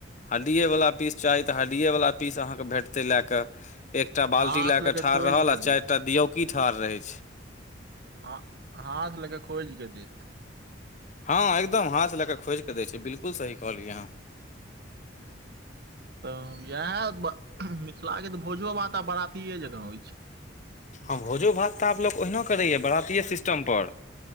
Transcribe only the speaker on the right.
हाथ
लऽ के
खोजि
के
देत
हँ, हाथ लके खोइज के देत।
तऽ इएह मिथिला के तऽ भोजो-भात आब बरातीये जकाँ होइ छै।